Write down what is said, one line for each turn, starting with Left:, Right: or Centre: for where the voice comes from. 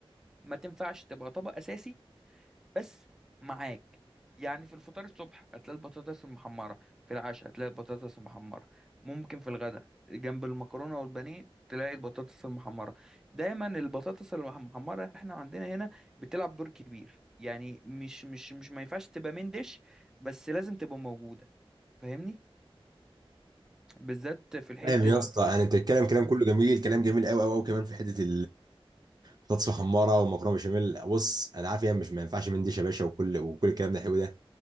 Centre: ما تنفعش تبقى طبق أساسي بس معاك يعني في الفطار الصبح هتلاقي البطاطس المحمرة في العشاء هتلاقي البطاطس المحمرة ممكن في الغداء جنب المكرونة والبانيه تلاقي البطاطس المحمرة دايما البطاطس المحمرة احنا عندنا هنا بتلعب دور كبير يعني مش مش مش ما ينفعش تبقى من ديش بس لازم تبقى موجودة فاهمني بالذات في الحتة
Right: فاهم يا
Centre: دي
Right: اسطى يعني انت الكلام كلام
Centre: مم.
Right: كله جميل كلام جميل قوي قوي قوي كمان في حته بطاطس محمره ومكرونه بشاميل بص انا عارف يعني مش ما ينفعش منديش يا باشا وكل وكل الكلام ده حلو ده